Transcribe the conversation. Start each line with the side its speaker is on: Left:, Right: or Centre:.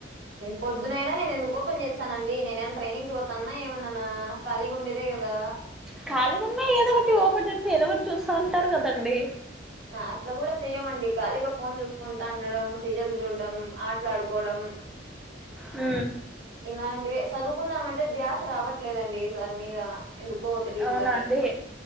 Right: పొద్దునైనా నేను ఎందుకు ఓపెన్ చేస్తానండి నేన ఏమన్నా ట్రైనింగ్ కి పోతానన్నా ఏమన్నానా కాలీగా ఉండేదే కదా
Centre: కాలీగా ఉన్నా ఏదో ఒకటి ఓపెన్ చేసి ఏదో ఒకటి చూస్తా ఉంటారు కదండి
Right: అట్లా కూడా చెయ్యమండి కాలీగ ఫోన్ చూసుకుంటా ఉండడం సీరియల్ చూడడం ఆటలాడుకోవడం
Centre: ఉ
Right: ఇలాంటివి చదువుకుందామంటే ధ్యాస రావట్లేదండి దాని మీద ఎందుకో తెలిదుగాని
Centre: అవునా అండి